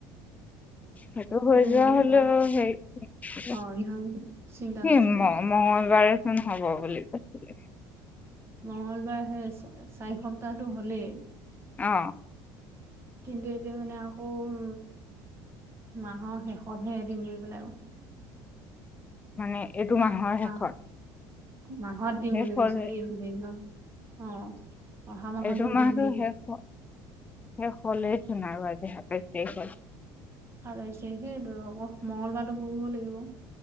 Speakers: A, on the left; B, on the right.
A: সেইটো হৈ
B: এইটো
A: যোৱা
B: মংগল
A: হলেও হে সম
B: অ ইমান চিন্তা নাছিলে
A: ম মঙ্গলবাৰে চোন হ'ব বুলি কৈছিলে।
B: মঙ্গলবাৰ সে চাৰি সপ্তাহটো হ'লেই।
A: অ
B: কিন্তু এতিয়া মানে আকৌ উম মাহৰ শেষতহে দিম বুলি পেলাই আৰু।
A: মানে এইটো মাহৰ
B: মাহ
A: শেষত।
B: মাহত দিম
A: শেষ
B: বুলি
A: হ'ল
B: কৈছে এ সেই ন অ অহা মাহত
A: এইটো মাহটো
B: দিম বুলি
A: শেষ হ'ল। শেষ হ'লেইচোন আৰু আজি সাতাইশ তাৰিখ হ'ল
B: ভাল হৈছে সেইটো আকৌ। মঙ্গলবাৰটো পঢ়িব লাগিব।